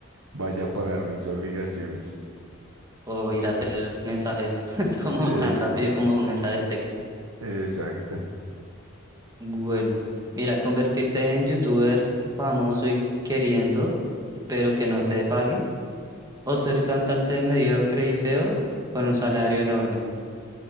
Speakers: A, on the right; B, on the right.
A: vaya a pagar mis obligaciones.
B: o ir a hacer mensajes <laughs> como
A: Eh,
B: tan rápido como un mensaje de texto.
A: exacto.
B: Bueno, mira, convertirte en youtuber famoso y queriendo, pero que no te paguen, o ser cantante mediocre y feo con un salario enorme.